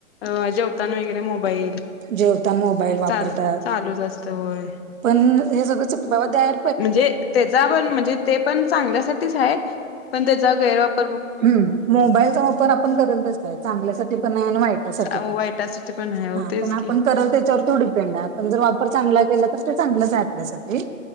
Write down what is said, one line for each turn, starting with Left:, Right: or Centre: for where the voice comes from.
Left: अ जेवताना वगैरे मोबाईल
Right: जेवताना मोबाईल वापरतात
Left: चाल चालूच असतंय होय.
Right: पण हे सगळं चुकवाव द्याय
Left: म्हणजे त्याचा पण म्हणजे ते पण चांगल्यासाठीच आहे, पण त्याचा गैरवाप
Right: हम्म मोबाईलचा वापर आपण अरेल तसा आहे. चांगल्यासाठी पण आहे आणि वाईटासाठी पण
Left: हो, वायटासाठी पण आहे. हो
Right: हा
Left: तेच
Right: पण आपण
Left: की
Right: करल त्याच्यावर तो डिपेंड आहे. पण जर वापर चांगला केला तर ते चांगलाच आहे आपल्यासाठी